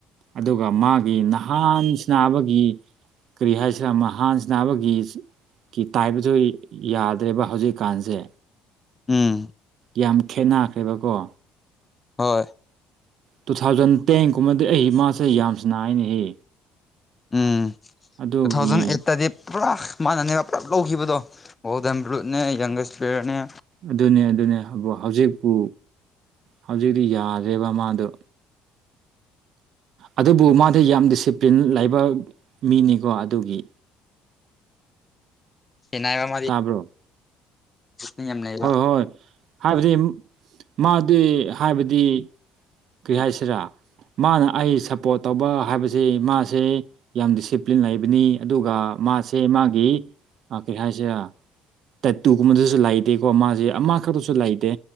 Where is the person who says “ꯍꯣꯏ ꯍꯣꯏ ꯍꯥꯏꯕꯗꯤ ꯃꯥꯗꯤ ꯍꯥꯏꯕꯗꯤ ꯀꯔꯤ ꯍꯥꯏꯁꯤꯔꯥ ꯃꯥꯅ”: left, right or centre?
Right